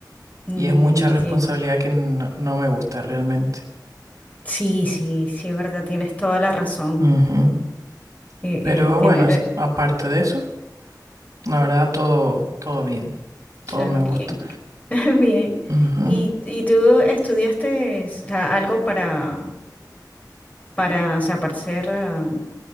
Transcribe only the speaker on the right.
Y es mucha responsabilidad
que no, no me gusta realmente.
Ujú.
Pero
bueno, s-
aparte de eso. La verdad, todo, todo bien, todo
me gusta.
Ujú.